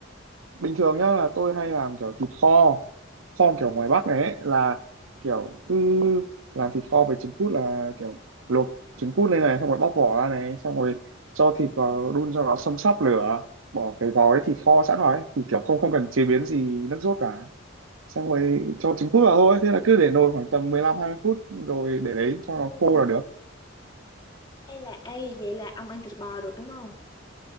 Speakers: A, on the right (about 85°); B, on the left (about 20°).
A: bình thường nhá là tôi hay làm kiểu thịt kho kho
B: Ừ.
A: kiểu ngoài Bắc này ấy, là kiểu cứ làm thịt kho với trứng cút là kiểu luộc trứng cút lên này xong rồi bóc vỏ ra này xong rồi cho thịt vào đun cho nó xâm sắp lửa bỏ cái gói thịt kho sẵn rồi ấy, thì kiểu không không cần chế biến gì nước sốt cả xong rồi cho trứng cút vào thôi thế là cứ để nồi khoảng tầm 15 20 phút rồi để đấy cho
B: Ừ.
A: nó khô là được
B: Hay là ấy vậy là ông ăn thịt bò được đúng không?